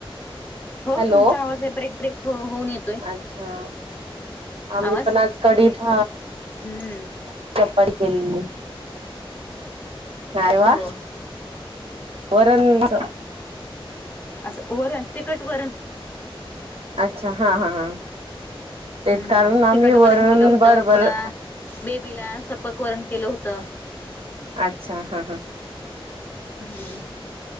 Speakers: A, on the left; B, on the right.
A: हो,
B: हॅलो.
A: तुमचा आवाज ए ब्रेक-ब्रेक होऊन येतो.
B: अच्छा, आम्ही
A: आवाज
B: पण आज कांड इथ
A: हम्म.
B: <inaudible> चपट केलेली. न्हावा
A: हो
B: वरूणच
A: असं, वरण तिखट वरण.
B: अच्छा, हा-हा-ह तेच
A: हम्म
B: कारण
A: हम्म तिखट
B: आम्ही वरण
A: केलं होतं
B: बरबर
A: पुन्हा बेबीला सपक वरण केलं होतं.
B: अच्छा हां हां.
A: हम्म